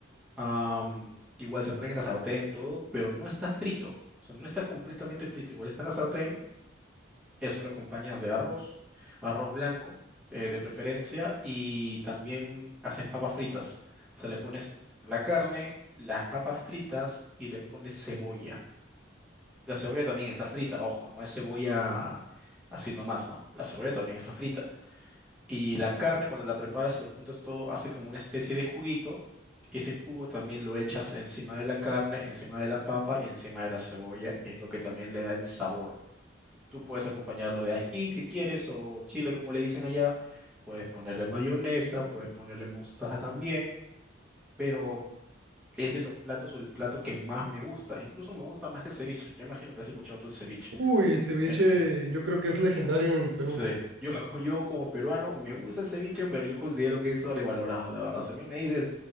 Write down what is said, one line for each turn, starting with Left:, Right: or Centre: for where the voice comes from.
Centre: Am, igual se ponen en la sartén, todo, pero no está frito, o sea, no está completamente frito, igual está en la sartén, eso lo acompañas de arroz, arroz blanco, eh, de preferencia, y también haces papas fritas, o sea, le pones la carne, las papas fritas y le pones cebolla. La cebolla también está frita, ojo, no es cebolla así nomás, no, la cebolla también está frita y la carne, cuando la preparas y lo juntas todo, hace como una especie de juguito. Y ese jugo también lo echas encima de la carne, encima de la papa y encima de la cebolla. Y es lo que también le da el sabor. Tú puedes acompañarlo de ají si quieres, o chile como le dicen allá. Puedes ponerle mayonesa, puedes ponerle mostaza también. Pero es de los platos o el plato que más me gusta. Incluso me gusta más que el ceviche. Yo imagino que has escuchado tú el ceviche.
Right: Uy, el ceviche
Centre: Eh,
Right: yo creo que es legendario en Perú.
Centre: Sí, yo, <laughs> yo como peruano me gusta el ceviche, pero yo considero que es sobrevalorado, la verdad. Si a mí me dices,